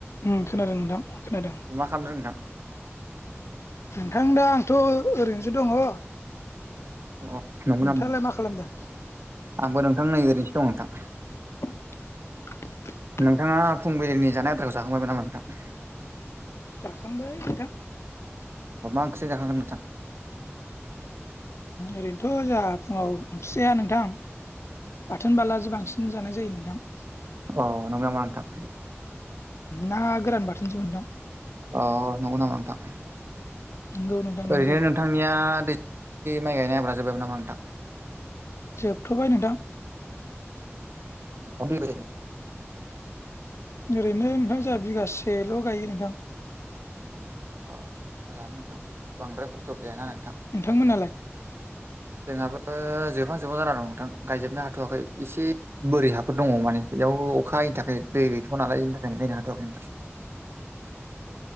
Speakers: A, on the left; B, on the right.
A: उम खोनादों नोंथां खोनादों।
B: मा खालामदों नोंथां?
A: नोंथां दा आंथ' ओरैनोसो दङ।
B: अ नंगौ
A: नोंथाङालाय
B: नामा नोंथां
A: मा खालामदों?
B: आंबो नोंथां नै ओरैनोसो दं नोंथां।
A: <unintelligible>
B: नोंथाङा फुंबिलिनि जानाय आद्राखौ जाखांबायमोन नामा नोंथां।
A: जाखांबाय नोंथां।
B: अ मा ओंख्रि जाखांखो नोंथां।
A: ओरैनोथ' जोंहा फुङाव ओंख्रि जाया नोंथां। बाथोन बालाजों बांसिन जानाय जायो नोंथां।
B: अ नोंगौ नामा नोंथां।
A: ना गोरान बाथोनसोमोनदां।
B: अ नंगौ नामा नोंथां
A: नोंगौ नोंथां
B: ओरैनो
A: नोंगौ।
B: नों नोंथांनिया दै माइ गायनाय आबादा जोबायबो नामा नोंथां।
A: जोबथ'बाय नोंथां।
B: <unintelligible>
A: ओरैनो नोंथां जोंहा बिगासेल' गायो नोंथां।
B: अ मोजाङानो नोंथां बांद्राय खस्थ'बो जायाना नोंथां।
A: नोंथांमोनालाय
B: जोंहाबो जोबहां जोबहां जाना दं नोंथां गायजोबनो हाथ'वाखै एसे बोरै हाफोर दंबावो माने बेयाव अखा हायैनि थाखाय दै गैथ'आ नालाय बेनि थाखायनो गायनो हाथ'वाखै नोंथां।